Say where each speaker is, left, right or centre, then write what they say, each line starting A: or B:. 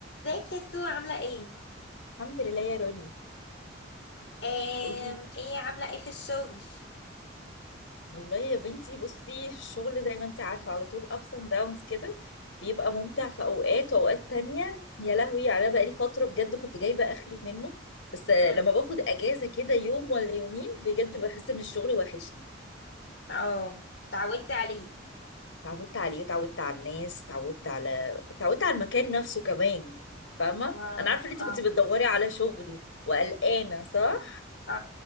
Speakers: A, on the left; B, on the left.
A: ازيك يا سو عاملة ايه؟
B: الحمد لله يا روني
A: آم،
B: قولي
A: ايه عاملة ايه في الشغل؟
B: والله يا بنتي بصي الشغل زي ما انت عارفة على طول ups and downs كده بيبقى
A: مم،
B: ممتع في اوقات واوقات تانية يا لهوي على بقالي فترة بجد كنت جايبة اخري منه بس آه،
A: مم.
B: لما باخد اجازة كده يوم ولا يومين بجد بحس ان الشغل وحشني
A: اه اتعودتي عليه
B: اتعودت عليه اتعودت على الناس اتعودت على اتعودت على المكان نفسه كمان فاهمة
A: اه
B: انا عارفة ان انت
A: اه
B: كنت بتدوري على شغل وقلقانة صح؟
A: اه